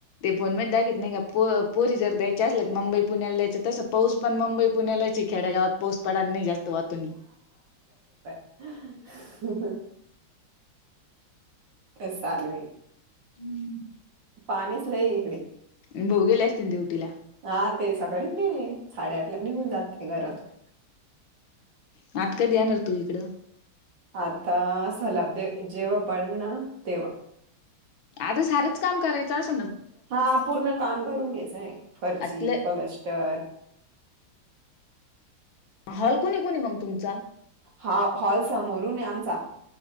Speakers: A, on the left; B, on the right.
A: फोनमध्ये दाघवत नाही का प पोरी जर द्यायची असल तर मुंबई पुण्याला द्यायचं तस पाऊस पण मुंबई पुण्यालाची आहे खेड्यागावात. पाऊस पड नाही जास्त वाहतो.
B: हम्. अस सान.
A: हम्म.
B: पाणीच नाहीई इकडे.
A: ब भाऊ गेलेच त तेे उटीला?
B: हा ते सकाळीच गेले साडेआठ ला निघून जाते घरातून.
A: हा आता कधी येणार तू इकडं?
B: आता असल जेव्हा पडेल ना तेव्हा.
A: आता सारंच काम करायचं असत
B: हा पूर्ण काम करून घ्यायचय फरशी,
A: आतल्या
B: प्लास्टर
A: ह हल कोणी कोणी आहे मग तुमचा?
B: हा हॉल समोरून आहे आमचा.